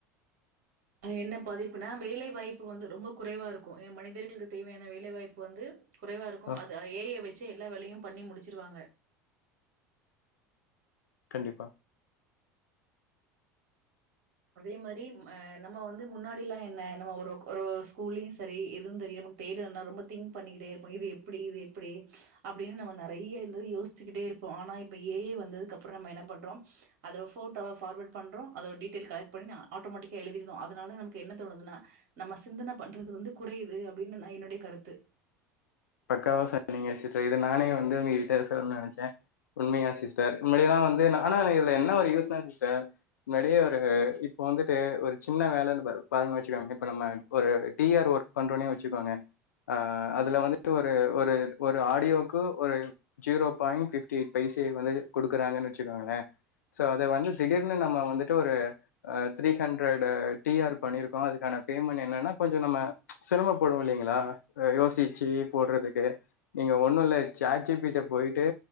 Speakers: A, on the right; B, on the left.
A: அ என்ன பாதிப்புனா வேலை வாய்ப்பு வந்து ரொம்ப குறைவா இருக்கோ எ மனிதர்களுக்கு தேவையான வேலை வாய்ப்பு வந்து குறைவா இருக்கோ
B: அ
A: அது ஏ ஐ வெச் எல்லா வேலையு பண்ணி முடிச்சிருவாங்க
B: கண்டிப்பா
A: அதே மாரி அ நம்ம வந்து முன்னாடில்லா என்ன நம்ம ஒரு ஒரு ஸ்கூல்லியு செரி எதுவு தெரியாம நமக் தேட்றனா ரொம்ப திங்க் பண்ணிக்கிட்டே இருப்போ இது எப்பிடி இது எப்பிடி ச்ச் அப்டினு நம்ம நெறைய வந்து யோஸ்சுக்கிட்டே இருப்போ ஆனா இப்ப ஏ ஐ வந்ததுக்கப்புறம் நம்ம என்ன பண்றோ அத ஃபோட்டோவ ஃபார்வேட் பண்றோ அதோட டீட்டெல் கலெக் பண்ணினா ஆட்டோமேட்டிக்கா எழுதிருதோ அதனால நமக்கு என்ன தோணுதுனா நம்ம சிந்தன பண்றது வந்து குறையுது அப்டின் நா என்னுட்ய கருத்து
B: பக்காவா சொன்னீங்க சிஸ்டர் இது நானே வந்து உங்ககிட்ட சொல் நெனச்சே உண்மையா சிஸ்டர் முன்னாடில்லா வந்து ஆனா இதுல என்ன ஒரு யூஸ்னா சிஸ்டர் முன்னாடியே ஒரு இப்போ வந்துட்டு ஒரு சின்ன வேலன் ப பாருங் வெச்சுக்கோங் <unintelligible> இப்ப நம்ம ஒரு டிஆர் ஒர்க் பண்றோனே வச்சுக்கோங்க அ அதுல வந் ட்ரு ஒரு ஒரு ஆடியோக்கு ஒரு ஜீரோ பாய்ண் ஃபிப்டி எய்ட் பைசே வந்துட்டு குடுக்குறாங்கன் வச்சுக்கோங்களே சோ அத வந்து திடீர்னு நம்ம வந்துட்டு ஒரு த்ரீ அ ஹண்ரட் டிஆர் பண்ணிருக்கோ அதுக்கான பேமெண்ட என்னா கொஞ்சோ நம்ம ச்ச் சிரமப்படுவோ இல்லிங்களா யோசி ச்சி போட்றதுக்கு நீங்க ஒண்ணுல சாட் ஜி பீட்ட போய்ட்டு